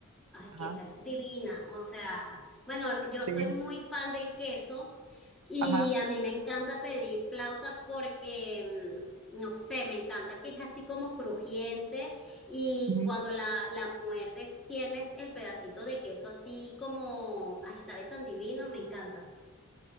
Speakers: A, in the centre; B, on the right.
A: ay,
B: Ajá,
A: que esa es divina, o sea, bueno, yo
B: sí,
A: soy muy fan del queso y
B: ajá.
A: a mí me encanta pedir flauta porque, mm, no sé, me encanta que es así como crujiente y
B: ujú.
A: cuando la, la muerdes tienes el pedacito de queso así como, ay, sabe tan divino, me encanta.